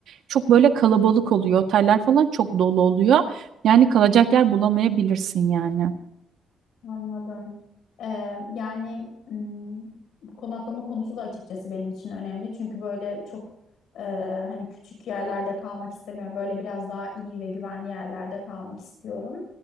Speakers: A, on the right; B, on the left.
A: çok böyle kalabalık oluyor. Oteller falan çok dolu oluyor. Yani kalacak yer bulamayabilirsin yani.
B: Anladım. Ee, yani mm, bu konaklama konusu da açıkçası benim için önemli. Çünkü böyle çok e, hani küçük yerlerde kalmak istemiyorum. Böyle biraz daha iyi ve güvenli yerlerde kalmak istiyorum.